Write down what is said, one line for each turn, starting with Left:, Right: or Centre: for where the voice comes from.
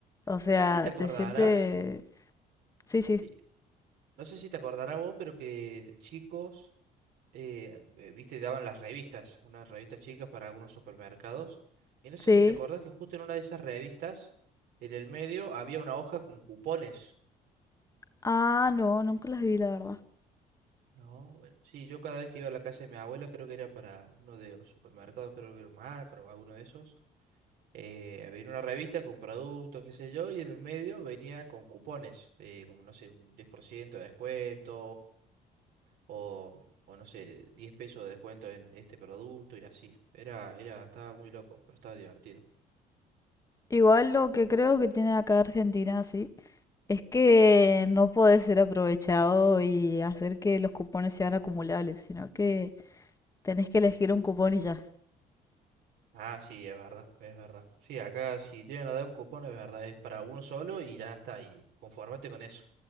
Left: O sea,
Right: No sé si te acordarás,
Left: te sientes...
Right: vo-
Left: Sí, sí,
Right: sí, no sé si te acordarás vos, pero que de chicos eh, eh, viste, daban las revistas, unas revistas chicas para algunos supermercados. Y no sé
Left: sí.
Right: si te acordás que justo en una de esas revistas, en el medio, había una hoja con cupones.
Left: Ah, no, nunca las vi, la verdad.
Right: No, bueno, sí, yo cada vez que iba a la casa de mi abuela, creo que era para uno de los supermercados, creo que era Macro o alguno de esos. eh, había una revista con productos, qué sé yo, y en el medio venía con cupones, eh, como no sé, un 10% de descuento, o, o no sé, 10 pesos de descuento en este producto y así. Era, era, estaba muy loco, pero estaba divertido.
Left: Igual lo que creo que tiene acá Argentina, sí, es que no podés ser aprovechado y hacer que los cupones sean acumulables, sino que tenés que elegir un cupón y ya.
Right: Ah, sí, es verdad, es verdad. Sí, acá si llegan a dar un cupón, es verdad, es para uno solo y ya está, y conformate con eso.